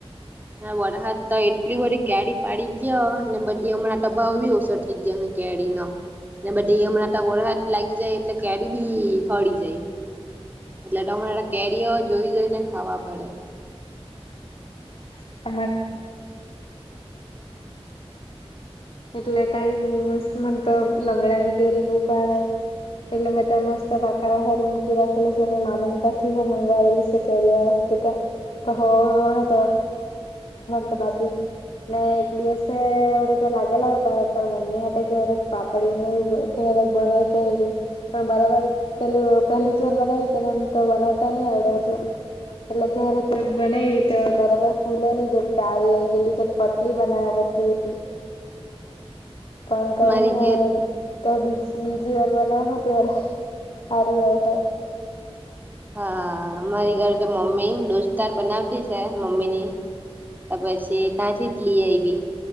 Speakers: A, on the right (about 15°); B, on the left (about 60°).
A: હા, વરસાદ તો એટલી બધી કેરી પાડી ગયા અને બધી હમણાં ભાવ બી ઓછા થઈ ગયા. કેરીનો બધી હમણાં વરસાદ લાગી જાય એટલે કેરી બી હળી જાય. એટલે તમારે કેરીઓ જોઈ જોઈને ખાવા પડે.
B: <unintelligible> એટલે કંઈ નઈ બસ મનતો લંગડાની કેરી બૂ ભાવે. એટલે મેં તો મસ્ત પાકાવા મુકી રાખેલી છે ને મામાના ત્યાંથી હું મંગાવેલી છે કેરીઓ. <unintelligible> મારે તો બાકી ના, એક દિવસ હવે તો લાગેલા હોતા તો મમ્મી હાથે જે પાપડી ને ઉભા બનાવી કે પણ બરાબર. પેલું પહેલી જ વાર બનાવી કે, તો બનાવતા નહીં આવડે. એટલે ક્યારે બનાવી તો બરાબર. ફૂલેની <unintelligible> પણ કઈ
A: મારી
B: નહીં
A: ઘેર
B: હવે. તો બીજી વાર બનાવો હો, ત્યારે હારી થશે.
A: હા, મારી ઘરે તો મમ્મી દોસ્તાર બનાવતી છે મમ્મી ની. તો પછી ત્યાંથી જ લઈ આવી